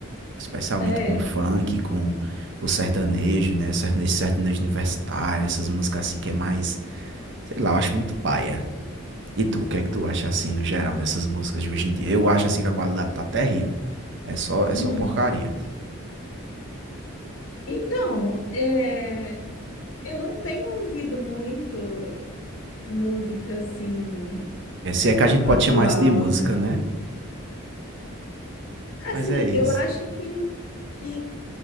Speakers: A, on the right (about 55°); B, on the left (about 60°).
A: Especialmente
B: É.
A: com o funk, com o sertanejo, né? Sertanejo, sertanejo universitário, essas músicas assim que é mais, sei lá, eu acho muito paia. E tu, o que é que tu acha assim, no geral, dessas músicas de hoje em dia? Eu acho assim que a qualidade tá terrível. É só, é
B: Hum.
A: só porcaria.
B: Então, é, eu não tenho ouvido muito música assim
A: É, se
B: é,
A: é que a gente
B: atual,
A: pode chamar isso de música,
B: né?
A: né?
B: Assim,
A: Mas é isso.
B: eu acho que, que